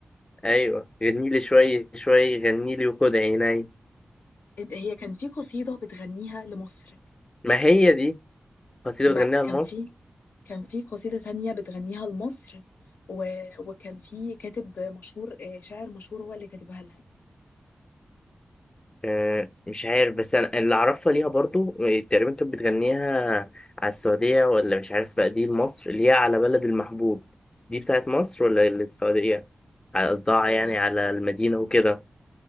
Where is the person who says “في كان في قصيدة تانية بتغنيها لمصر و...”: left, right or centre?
Left